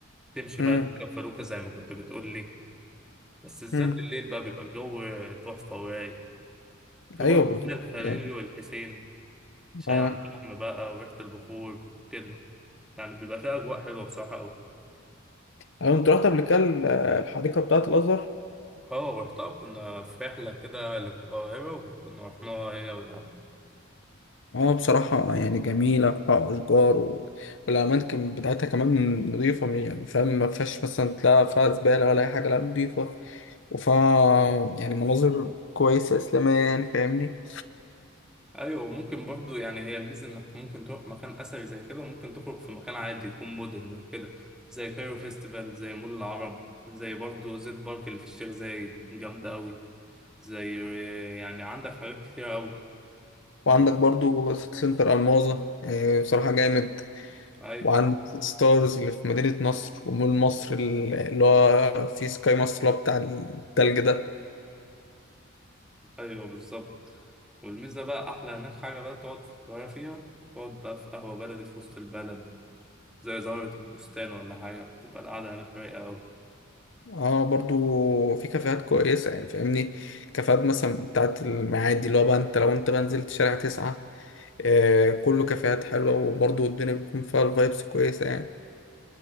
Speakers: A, in the centre; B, on the left (about 60°).
A: تمشي بقى
B: أمم
A: تركب فلوكة زي ما كنت بتقولي بس الزاد
B: أمم
A: بالليل بقى بيبقى الجو تحفة ورايق في
B: أيوه
A: برضه
B: بالظبط
A: هنا الخليلي
B: يعني
A: والحسين شاي
B: اه
A: على الفحم بقى وريحة البخور كده يعني بيبقى فيها أجواء حلوة بصراحة أوي
B: أنا كنت رحت قبل كده ال- الحديقة بتاعة الأزهر
A: اه رحتها كنا في رحلة كده للقاهرة وكنا رحناها هي والعيلة
B: اه بصراحة يعني جميلة فيها أشجار و- والأماكن بتاعتها كمان نظيفة م- يعني فاهم ما فيهاش مثلا تلاقي فيها زبالة ولا أي حاجة لا نظيفة وفيها يعني مناظر كويسة إسلامية يعني فاهمني
A: أيوة ممكن برضه يعني هي الميزة إنك ممكن تروح مكان أثري زي كده وممكن تخرج في مكان عادي يكون مودرن وكده زي كايرو فيستيفال زي مول العرب زي برضه زيت بارك اللي في الشيخ زايد جامدة أوي زي يعني عندك حاجات كتير أوي
B: وعندك
A: و...
B: برضو سيتي سنتر ألماظة آه، بصراحة جامد
A: أيوة
B: وعندك ستارز اللي في مدينة نصر ومول مصر اللي هو في سكاي مصر اللي هو بتاع التلج ده
A: ايوه بالظبط والميزه بقى احلى هناك حاجه بقى تقعد في القاهره فيها تقعد بقى في قهوه بلدي في وسط البلد زي زهره البستان ولا حاجه بتبقى القعده هناك رايقه أوي
B: اه برضو في كافيهات كويسة يعني فاهمني كافيهات مثلا بتاعت المعادي اللي هو بقى انت لو انت بقى نزلت شارع تسعة آه كله كافيهات حلوة وبرضو الدنيا بيكون فيها الفايبس كويسة يعني